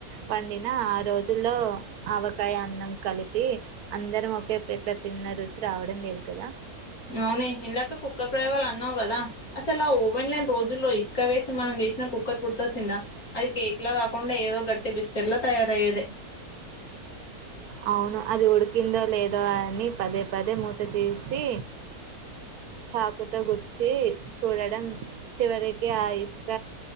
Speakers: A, on the right (about 80°); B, on the left (about 70°).
A: వండిన ఆ రోజుల్లో ఆవకాయ అన్నం కలి కలిపి అందరం ఒకే ప్లేట్ల తిన్న రుచి రావడం లేదు కదా
B: అవునే ఇందాక కుక్కర్ ప్రయోగాలు అన్నావు కదా అసలు ఆ ఓవెన్ లేని రోజుల్లో ఇసుక వేసి మనం చేసినా కుక్కర్ గుర్తొచ్చిందా అది కేక్ లా కాకుండా ఏదో గట్టి బిస్కెట్ లా తయారయ్యేది
A: అవును అది ఉడికిందో లేదో అని పదే పదే మూత తీసి చాకుతో గుచ్చి చూడడం చివరికి ఆ ఇసుక